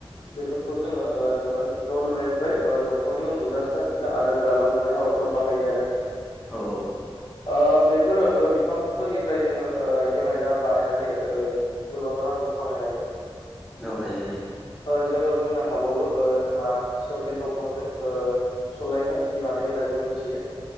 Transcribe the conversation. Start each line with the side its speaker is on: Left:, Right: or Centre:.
Left: बेफोरखौ जोङो ओ नुना न' लुनायनिफ्राय ओ दंफांनि उन्दुग्रा सारफिला आरो दालां लुनाय हाबा फोराव बाहायो आरो
Centre: औ औ
Left: ओ बेफोरो ओ बिफांफोरनिफ्राय जोङो ओ आइजें-आइला बानायनानै ओ गोबां रां आंबो खामायनो हायो ।
Centre: औ हायो हायो
Left: ओ जोङो बुंनो हाबावो ओ जोंहा सोमलि दंफांजों ओ सलाय खाथि बानायो होनना जों मिथियो